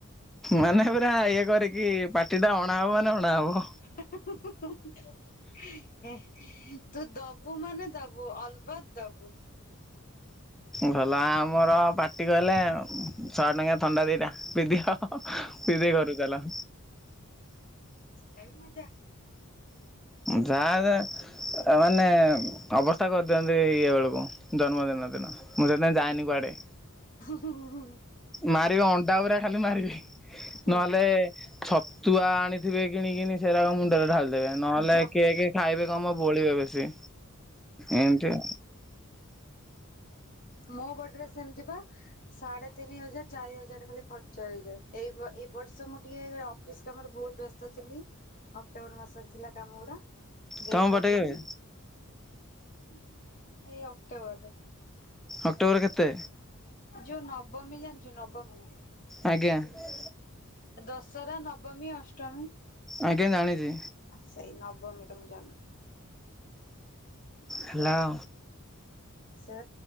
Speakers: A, in the centre; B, on the left.
A: ମାନେ ପୁରା ଇଏ କରିକି ପାଟି ଟା ଅଣା ହବ ମାନେ ଅଣା ହବ।
B: ହେ <unintelligible> ତୁ ଦବୁ ମାନେ ଦବୁ, ଅଲବତ ଦବୁ ।
A: ଗଲା ଆମର ପାଟି କହିଲେ, ଶହେ ଟଙ୍କିଆ ଥଣ୍ଡା ଦୁଇଟା ପିଦିଅ ପିଇଦେଇ ଘରକୁ ଚାଲ
B: ସେଟା ବି ମଜା ।
A: ଯାହା ମାନେ <unintelligible> ଅବସ୍ଥା କରିଦିଅନ୍ତି ଇଏ ବେଳକୁ, ଜନ୍ମଦିନ ଦିନ ମୁଁ ସେଥିାଇଁ ଯାଏନି କୁଆଡ଼େ
B: ହୁଁ ହୁଁ
A: ମାରିବ ଅଣ୍ଡା ପୁରା ଖାଲି ମାରିବି,
B: ହୁଁ
A: ନହେଲେ ଛତୁଆ ଆଣିଥିବେ କିଣିକିନି, ସେରାକ ମୁ ଢାଲି ଦେବେ, ନହେଲେ
B: ଯା
A: କିଏ କି ଖାଇବେ କଣ ବୋଳିବେ ବେଶୀ। ଏମତି ଆଉ
B: ମୋ ବଡେରେ ସେମିତି ପା ସାଢେ ତିନି ହଜାର ଚାରି ହଜାର ଖାଲି ଖର୍ଚ୍ଚ ହେଇଯାଏ, ଏଇ ଏ ବର୍ଷ ମୁଁ ଟିକେ ଅଫିସ କାମରେ ବହୁତ ବ୍ୟସ୍ତ ଥିଲି, ଅକ୍ଟୋବର ମାସରେ ଥିଲା କାମଗୁଡା । ଦେଇପାରିଲିିନି
A: ତମ ପଟେ କେବେ
B: । ଏଇ ଅକ୍ଟୋବରରେ ।
A: ଅକ୍ଟୋବର କେତେ?
B: ଯୋଉ ନବମୀ ଜାଣିଛୁ ନବମୀ ।
A: ଆଜ୍ଞା ।
B: ଦଶହରା ନବମୀ, ଅଷ୍ଟମୀ,
A: ଆଜ୍ଞା ଜାଣିଛି
B: ସେଇ ନବମୀ । ତାଳୁକୁ ଜାନା <unintelligible>
A: ହାଲୋ
B: ସେ